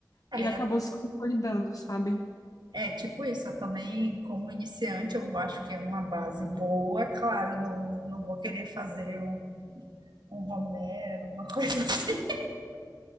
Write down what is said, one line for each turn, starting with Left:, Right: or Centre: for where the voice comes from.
Right: é,
Left: Ele acabou se consolidando, sabe?
Right: É, tipo isso, eu também, como iniciante, eu acho que é uma base boa, claro, eu não, não, não vou querer fazer um, um Romero, uma coisa <laughs> assim.